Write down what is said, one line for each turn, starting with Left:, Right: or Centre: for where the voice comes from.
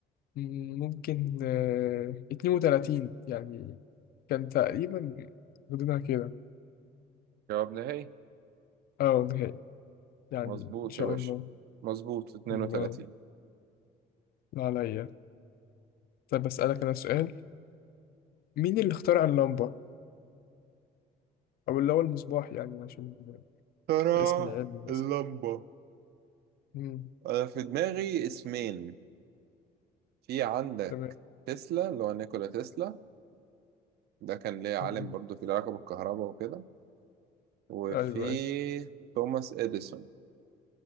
Left: ممكن آه، اتنين وتلاتين يعني كان تقريبا غدنا كده
Right: جواب نهائي
Left: اه نهائي يعني
Right: مظبوط
Left: ان شاء
Right: يا باشا
Left: الله
Right: مظبوط 32
Left: الله لا عليا طب اسألك انا سؤال مين اللي اخترع اللمبة او اللي هو المصباح يعني عشان
Right: ترى
Left: الاسم العلمي مثلا
Right: اللمبة
Left: مم.
Right: أنا في دماغي اسمين في عندك
Left: تمام
Right: تسلا اللي هو نيكولا تسلا ده كان ليه عالم
Left: مم.
Right: برضو في العلاقة بالكهرباء وكده وفي
Left: ايوه ايوه
Right: توماس إديسون